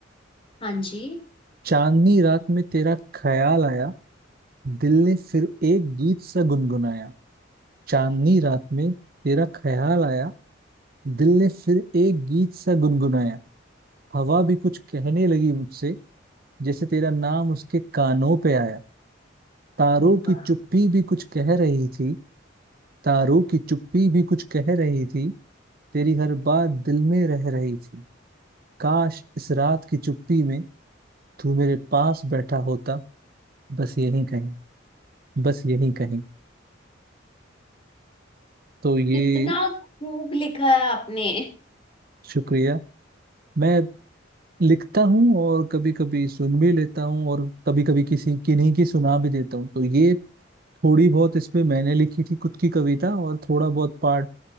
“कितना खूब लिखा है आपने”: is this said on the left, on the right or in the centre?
Left